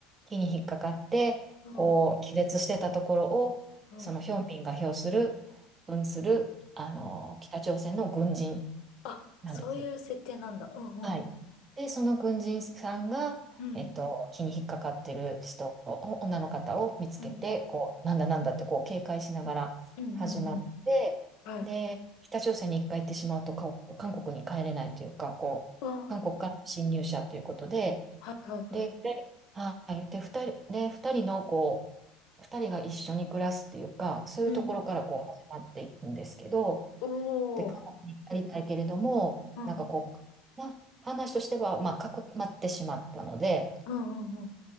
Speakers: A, on the right (about 30°); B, on the left (about 65°).
A: 気に引っかかって、
B: うん、
A: こう、気絶してたところを、
B: うん、
A: そのヒョンビンが表する、扮する、あの、
B: うん。
A: 北朝鮮の軍人
B: あ、
A: なんです
B: そういう設定なんだ。うん、
A: はい。
B: うん。
A: で、その軍人さんが、
B: うん、
A: えっと、気に引っかかってる人を、女の方を見つけて、
B: うん、
A: こう、なんだなんだってこう警戒しながら始まって、
B: うん、うんうん。はい。
A: で、北朝鮮に一回行ってしまうと、か韓国に帰れないというか、こう、
B: あ、
A: 韓国から侵入者ということで、
B: はいはいはい。
A: で、二人はい、で、二人、で、二人のこう、二人が一緒に暮らすっていうか、そういうところからこう始まっていくんですけど、
B: うん。お
A: で、韓国に至りたいけれども、
B: お。うん、
A: なんかこう、まあ、話としては、まあ、かくまってしまったので、
B: うん、うん、うん。